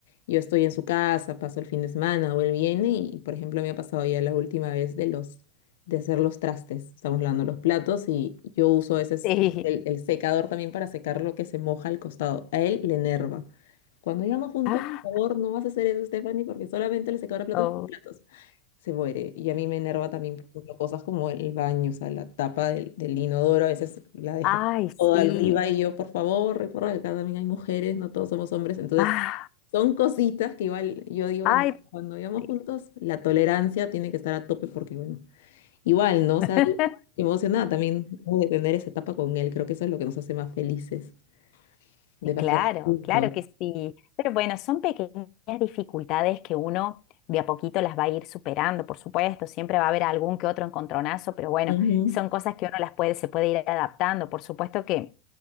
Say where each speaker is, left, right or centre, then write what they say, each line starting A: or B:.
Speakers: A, on the left; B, on the left.
A: yo estoy en su casa, paso el fin de semana o él viene y, por ejemplo, me ha pasado ya la última vez de los de hacer los trastes. Estamos lavando los platos y yo uso a veces
B: Sí.
A: como el,
B: <laughs>
A: el secador también para secar lo que se moja al costado. A él le enerva. Cuando llegamos juntos,
B: Ah,
A: por favor, no vas a hacer eso, Stephanie, porque solamente el secador de platos
B: oh.
A: es para platos. se muere. Y a mí me enerva también, por ejemplo, cosas como el baño, o sea, la tapa del, del inodoro a veces la deja
B: Ay,
A: toda
B: sí.
A: arriba y yo, por favor, recuerda que acá también hay mujeres, no todos somos hombres. Entonces,
B: Ah,
A: son cositas que igual yo digo,
B: ay,
A: "Bueno, cuando vivamos
B: sí.
A: juntos, la tolerancia tiene que estar a tope porque, bueno, igual, ¿no? O
B: <laughs>
A: sea, yo emocionada también de tener esa etapa con él. Creo que eso es lo que nos hace más felices, de
B: Y Claro,
A: pasar juntos.
B: claro que sí. Pero bueno, son pequeñas dificultades que uno de a poquito las va a ir superando, por supuesto. Siempre va a haber algún que otro encontronazo, pero bueno,
A: Ujú,
B: son cosas que uno las puede, se puede ir adaptando. Por supuesto que,